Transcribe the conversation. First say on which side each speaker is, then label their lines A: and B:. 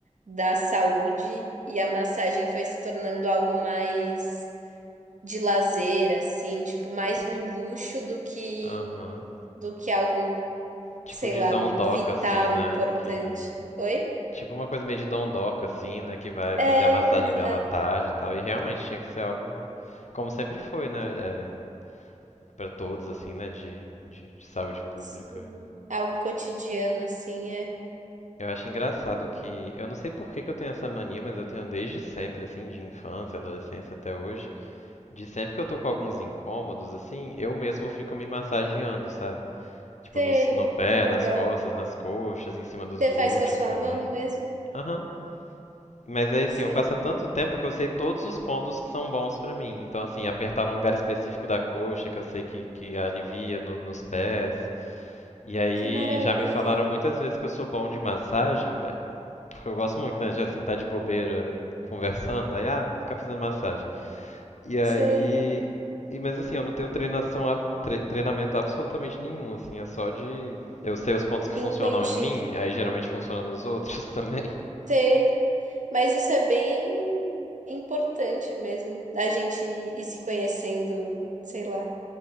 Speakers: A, on the right (about 85°); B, on the left (about 75°).
A: da saúde e a massagem foi se tornando algo mais de lazer, assim, tipo, mais um luxo do que
B: Aham.
A: do que algo,
B: Tipo
A: sei
B: de
A: lá,
B: dondoca,
A: vital,
B: assim, né?
A: importante.
B: Que...
A: Oi?
B: Tipo uma coisa meio de dondoca, assim, né? Que vai
A: É,
B: fazer a massagem
A: exato.
B: dela à tarde e tal. E realmente tinha que ser algo, como sempre foi, né? É, para todos, assim, né? De, de, de saúde pública.
A: Sim. Algo cotidiano, assim, é.
B: Eu acho engraçado
A: Hum,
B: que, eu não sei por que que eu tenho essa mania, mas eu tenho desde sempre, assim, de infância, adolescência até hoje, de sempre que eu tô com alguns incômodos, assim, eu mesmo fico me massageando, sabe? Tipo,
A: Sei,
B: no, s- no pé,
A: que legal.
B: nas costas, nas coxas, em cima dos
A: Você
B: glúteos
A: faz com a sua
B: também.
A: mão mesmo?
B: Aham. Mas aí, assim,
A: Sim,
B: eu faço há tanto tempo que eu sei todos os pontos que são bons pra mim. Então, assim, apertar num lugar específico da coxa, que eu sei que, que alivia no- nos pés. E aí
A: que maravilha.
B: já me falaram muitas vezes que eu sou bom de massagem, ma- porque eu gosto muito, né, de assim, tá de bobeira conversando, aí, ah, ficar fazendo massagem. E aí.
A: Sei,
B: E, mas assim, eu não tenho treinação, ab- tre- treinamento absolutamente nenhum, assim, é só de. Eu sei os pontos que funcionam
A: intuitivo.
B: em mim, aí geralmente funciona nos outros <laughs> também.
A: Sei, mas isso é bem importante mesmo, a gente ir se conhecendo, sei lá,